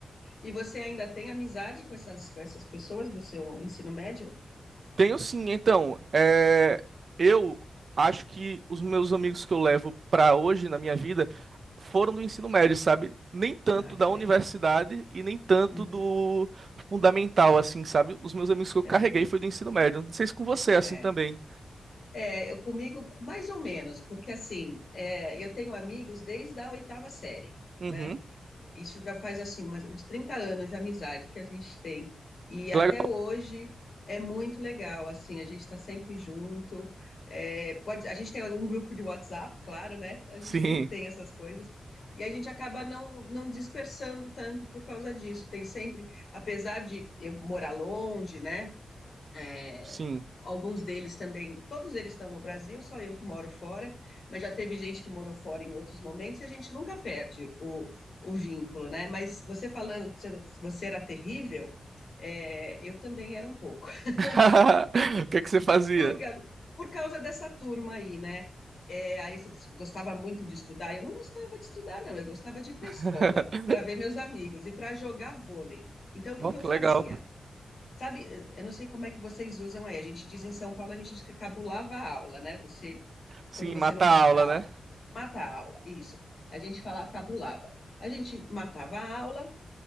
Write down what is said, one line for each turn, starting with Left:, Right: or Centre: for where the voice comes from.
Left: E você ainda tem amizade com essas, com essas pessoas do seu ensino médio?
Right: Tenho sim, então, é, eu acho que os meus amigos que eu levo para hoje na minha vida foram do ensino médio, sabe? Nem tanto
Left: Ah,
Right: da
Left: que
Right: universidade
Left: legal.
Right: e nem tanto
Left: Uhum,
Right: do fundamental, assim, sabe? Os meus amigos que eu carreguei
Left: aham.
Right: foi do ensino médio. Não sei se com você é assim
Left: É.
Right: também.
Left: É, eu comigo, mais ou menos, porque assim, é, eu tenho amigos desde a oitava série.
Right: Uhum.
Left: né? Isso já faz assim umas- uns 30 anos de amizade que a gente tem. E até
Right: Legal.
Left: hoje é muito legal, assim, a gente está sempre junto. É, pode, a gente tem algum grupo de WhatsApp, claro, né? A gente
Right: Sim,
Left: sempre tem essas coisas. E a gente acaba não, não dispersando tanto por causa disso. Tem sempre, apesar de eu morar longe, né? É,
Right: sim.
Left: Alguns deles também, todos eles estão no Brasil, só eu que moro fora, mas já teve gente que morou fora em outros momentos e a gente nunca perde o, o vínculo, né? Mas você falando que você- era terrível, é, eu também era um pouco, <laughs>
Right: <laughs> O que é que você fazia?
Left: por, causa por causa dessa turma aí, né? É, aí você disse que gostava muito de estudar. Eu não gostava de estudar, não. Eu gostava de ir para
Right: <laughs>
Left: a escola, para ver meus amigos e para jogar vôlei. Então, o que
Right: Oh,
Left: que
Right: que
Left: eu fazia?
Right: legal.
Left: Sabe, eu não sei como é que vocês usam aí. A gente diz em São Paulo, a gente diz que cabulava a aula, né? Você,
Right: Sim,
Left: quando você
Right: mata
Left: não vai
Right: a
Left: para
Right: aula,
Left: a
Right: né?
Left: aula, mata a aula, isso. A gente fala cabulava. A gente matava a aula